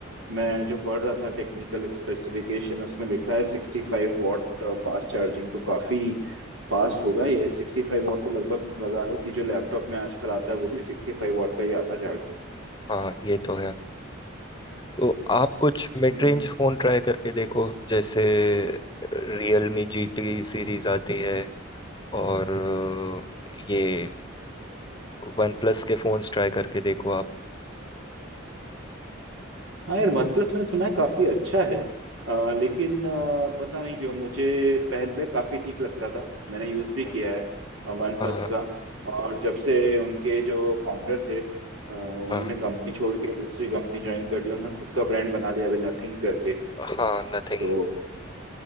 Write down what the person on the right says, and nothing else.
मैं जो पढ़ रहा था टेक्निकल स्पेसिफिकेशन उसमें लिखा है सिक्सटी फाइव वॉट फास्ट चार्जिंग तो काफी फास्ट होगा ये सिक्सटी फाइव वॉट तो लगभग तुम लगा लो कि जो लैपटॉप में आजकल आता है वो भी सिक्सटी फाइव वॉट का ही आता है
चार्जर
हाँ यार वन प्लस मैंने सुना है काफी अच्छा है अ, लेकिन अ, पता नहीं क्यों मुझे पहले काफी ठीक लगता था मैंने यूज भी
किया है वन प्लस
का और जब से उनके जो फाउंडर थे अ, उन्होंने
कंपनी छोड़ के दूसरी कंपनी ज्वाइन कर ली उन्होंने खुद का ब्रांड बना लिया अभी नथिंग करके
तो